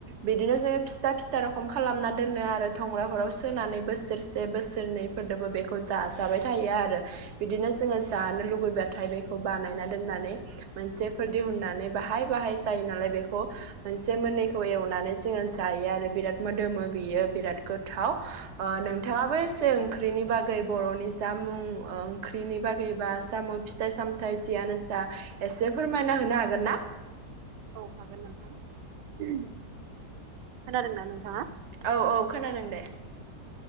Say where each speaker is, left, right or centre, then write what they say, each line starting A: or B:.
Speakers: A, on the right; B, on the right.
A: बिदिनो जोङो फिथा फिथा रखम खालामना दोनो आरो थंग्राफोराव सोनानै बोसोरसे बोसोरनै। फोरदोबो बेखौ जाजाबाय थायो आरो। बिदिनो जोङो जानो लुुबैबाथाय बेखौ बानायना दोननानै। मोनसेफोर दिहुननानै बाहाय बाहाय जायो नालाय बेखौ मोनसे मोननैखौ एवनानै जोङो जायो आरो बिराद मोदोमो बियो बिराद गोथाव नोंथाङाबो एसे ओंख्रिनि बागै बागै बर'नि जामुं ओंख्रिनि बागै बा जामुं फिथाइ सामथायाइ जियानो जा एसे फोरमायना होनो हागोन ना
B: औ हागोन नोंथां खोनादोंना नोंथाङा
A: औ औ खोनादों दे